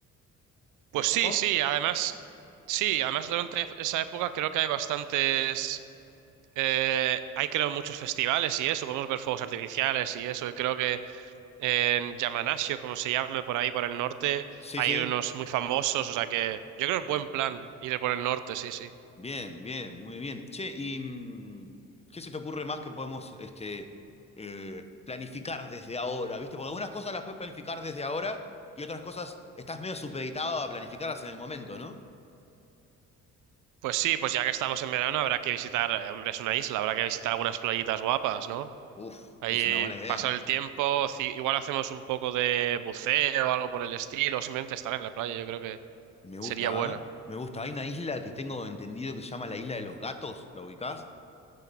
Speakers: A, on the right; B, on the left.
A: Pues
B: de Japón?
A: sí, sí, además, sí, además durante esa época creo que hay bastantes, eh, hay creo muchos festivales y eso, podemos ver fuegos artificiales y eso, y creo que en Yamanasio, como se llame por ahí, por el norte,
B: Sí,
A: hay
B: sí.
A: unos muy famosos, o sea que yo creo que es buen plan ir por el norte, sí, sí.
B: Bien, bien, muy bien. Che, ¿y mm, qué se te ocurre más que podemos este, eh, planificar desde ahora? ¿Viste? Porque algunas cosas las puedes planificar desde ahora y otras cosas estás medio supeditado a planificarlas en el momento, ¿no?
A: Pues sí, pues ya que estamos en verano habrá que visitar, eh, hombre, es una isla, habrá que visitar algunas playitas guapas, ¿no?
B: Uf,
A: Ahí
B: es una buena idea.
A: pasar el tiempo, ci- igual hacemos un poco de buceo o algo por el estilo, o simplemente estar en la playa, yo creo que...
B: Me gusta,
A: Sería buena.
B: ¿ah? Me gusta. Hay una isla que tengo entendido que se llama la Isla de los Gatos, ¿la ubicás?